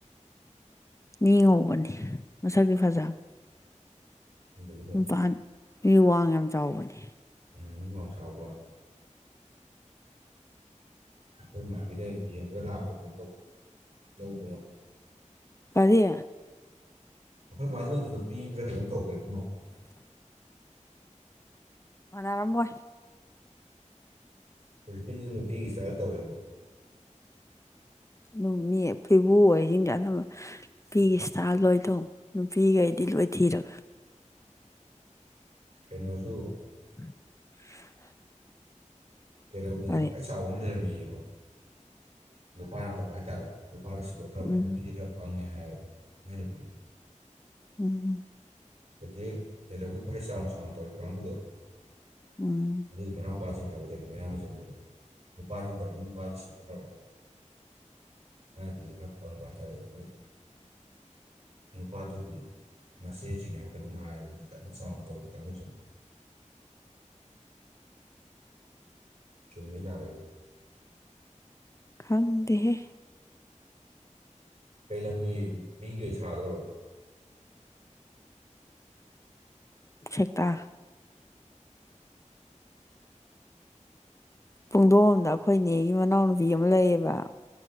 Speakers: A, on the left; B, on the right.
A: ꯃꯤ ꯉꯧꯕꯅꯤ ꯃꯁꯛꯇꯤ ꯐꯖꯥꯕꯅꯦ
B: ꯎꯝ
A: ꯅꯨꯄꯥꯅꯤ ꯃꯤ ꯋꯥꯡ ꯌꯥꯝ ꯆꯥꯎꯕꯥꯅꯦ
B: ꯎꯝ ꯃꯤ ꯋꯥꯥꯡ ꯆꯥꯎꯕꯔꯣ ꯑꯩꯈꯣꯏ ꯃꯥꯒꯤꯗ ꯍꯦꯛ ꯌꯦꯡꯕ ꯂꯥꯛꯑꯒ ꯀꯩꯅꯣ ꯇꯧ ꯂꯧꯕ꯭ꯔꯣ
A: ꯀꯥꯔꯤ
B: ꯑꯩꯈꯣꯏ ꯃꯥꯗꯨꯅ ꯑꯗꯨꯗ ꯄꯤꯕ꯭ꯔꯥ ꯀꯩꯅꯣꯝ ꯇꯧꯕꯅꯦ
A: ꯃꯥꯟꯅꯔꯝꯃꯣꯏ
B: ꯍꯧꯖꯤꯛꯒꯤꯁꯤꯁꯨ ꯅꯨꯄꯤꯒꯤ ꯢꯁꯇꯥꯜ ꯇꯧꯋꯦꯕ <unintelligible>
A: ꯑꯗꯨꯝ ꯃꯤ ꯐꯤꯕꯨ ꯑꯣꯏꯁꯤꯡꯖ <inaudible> ꯅꯨꯄꯤꯒꯤ ꯏꯁꯇꯥꯐ ꯂꯣꯏ ꯇꯧ ꯅꯨꯄꯤꯈꯩꯗꯤ ꯂꯣꯏ ꯊꯤꯔꯕꯅꯦ
B: ꯀꯩꯅꯣꯖꯨ
A: <inaudible>
B: ꯀꯩꯩꯅꯧꯗꯁꯨ
A: ꯀꯔꯤ
B: ꯈ꯭ꯋꯥꯏ ꯆꯥꯎꯕ ꯑꯃ ꯂꯩꯔꯝꯃꯤꯌꯦꯀꯣ ꯅꯨꯄꯥꯅ ꯇꯧꯕ ꯍꯥꯏꯇꯥꯔꯦ ꯅꯨꯄꯥꯗꯁꯨ
A: ꯎꯝ
B: ꯅꯨꯄꯤꯁꯦ ꯈꯔ ꯐꯪꯉꯦ ꯍꯥꯏꯌꯦꯕ ꯃꯥꯏ ꯅꯨꯄꯤꯗꯣ
A: ꯎꯝ
B: ꯍꯧꯖꯤꯛ <inaudible> ꯆꯥꯎ-ꯆꯥꯎ ꯇꯧꯔꯤꯕ ꯀꯥꯡꯕꯨꯗꯣ
A: ꯎꯝ
B: ꯑꯗꯨꯗꯤ ꯃꯅꯥꯎꯄꯥꯁꯤꯅ <inaudible> ꯍꯥꯏꯕꯗꯩꯅꯣ ꯃꯌꯥꯝꯕꯁꯤꯅ ꯍꯥꯏꯕ ꯅꯨꯄꯥꯁꯤꯅ ꯇꯧꯕꯅ ꯅꯨꯄꯥꯗꯨ ꯁꯤꯗꯣꯛꯈ꯭ꯔꯕ ꯃꯥꯢ ꯅꯨꯄꯤꯗꯨꯅ ꯈꯔ ꯄꯪꯕ ꯍꯥꯏꯇꯥꯔꯦ ꯑꯗꯨꯗꯤ ꯅꯨꯄꯥꯗꯨꯒꯤ ꯃꯥꯆꯦꯖꯤꯡꯅꯦ ꯍꯥꯏꯕ꯭ꯔꯥ ꯀꯩꯅꯣꯝ ꯍꯥꯏ ꯍꯧꯖꯤꯛ ꯀꯟꯅ ꯆꯥꯎꯅ ꯇꯧꯔꯤ ꯀꯥꯡꯕꯨꯨꯁꯦ ꯆꯨꯝꯃꯤꯔ ꯂꯥꯜꯔꯤꯔ
A: ꯈꯪꯗꯦꯍꯦ
B: ꯀꯩ ꯂꯝꯒꯤ ꯃꯤꯒꯤ ꯑꯣꯢꯅ ꯁꯥꯗꯧꯔꯕ
A: ꯁꯦꯛꯇꯥ ꯄꯨꯡꯗꯣꯕꯝꯗ ꯑꯩꯈꯣꯏꯅꯦꯒꯤ ꯃꯅꯥꯎꯅꯨꯄꯤ ꯑꯃ ꯂꯩꯌꯦꯕ